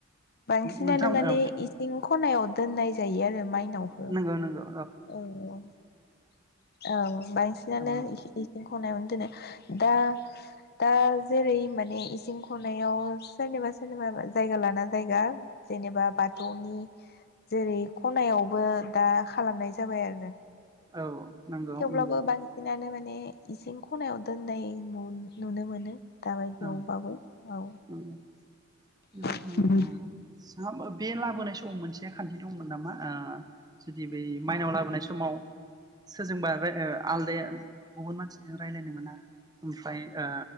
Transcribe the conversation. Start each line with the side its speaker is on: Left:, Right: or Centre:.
Left: बांसिनानो
Right: नोंथां
Left: माने
Right: औ
Left: इसिं खनायाव दोननाय जायो आरो माइनावखौ
Right: नोंगौ नोंगौ।
Left: औ नंगौ औ बांसिनानो
Right: औ
Left: इसिं खनायावनो दोनो। दा दा जेरै माने इसिं खनायाव सोरनिबा सोरनिबा जायगा लाना जायगा जेनेबा बाथौनि जेरै खनायावबो दा खालामनाय जाबाय आरो।
Right: औ। नंगौ
Left: थेवब्लाबो
Right: नंगौ
Left: बांसिनानो मान ने इसिं खनायाव दोननाय नु-नुनो मोनो। दाबायदियावबाबो
Right: औ
Left: औ
Right: नंगौ बेबायदिनो
Left: <unintelligible>
Right: ओ <unintelligible> बे लाबोनाय स द मोनसे खान्थि दंमोन नामा? आ जुदि बै माइनाव लाबोनाय समाव सोरजोंबा राय आलदाया गुबुन मानसि जों रायज्लायनो मोना ओमफ्राय ओ